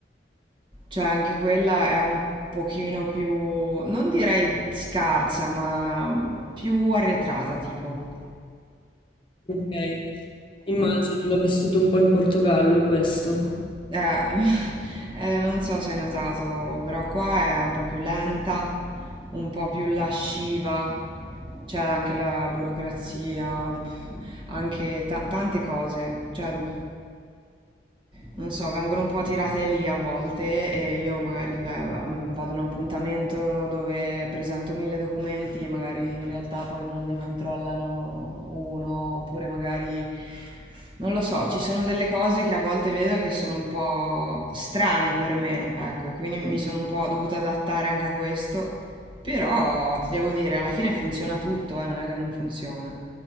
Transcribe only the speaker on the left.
Ok. Immagino, l'ho vissuto un po' in Portogallo questo.